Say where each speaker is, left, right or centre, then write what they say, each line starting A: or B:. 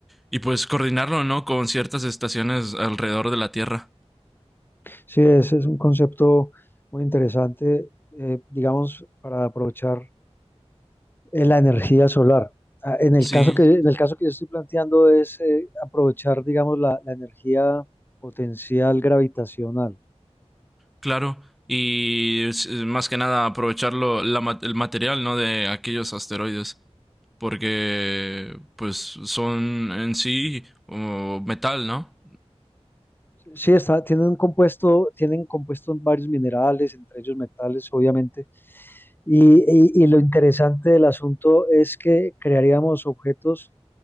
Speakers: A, in the centre; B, on the left.
A: y pues coordinarlo, ¿no? Con ciertas estaciones alrededor de la Tierra.
B: sí, ese es un concepto muy interesante, eh, digamos, para aprovechar eh, la energía solar. Ah, En el
A: Sí,
B: caso que, en el caso que yo estoy planteando es eh, aprovechar, digamos, la, la energía potencial gravitacional.
A: claro. Y es- más que nada aprovecharlo, la ma- el material, ¿no? De aquellos asteroides. Porque, pues, son en sí o metal, ¿no?
B: Sí, está, tienen un compuesto, tienen compuestos varios minerales, entre ellos metales, obviamente Y, y- y lo interesante del asunto es que crearíamos objetos